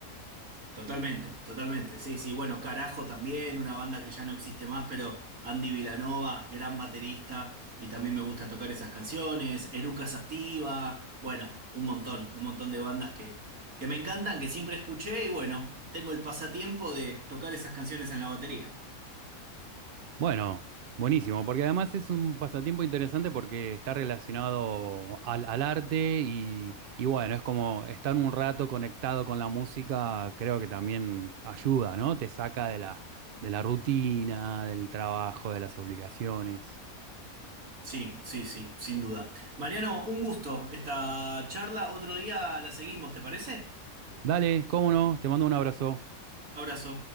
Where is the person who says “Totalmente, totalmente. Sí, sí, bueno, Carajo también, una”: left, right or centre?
Right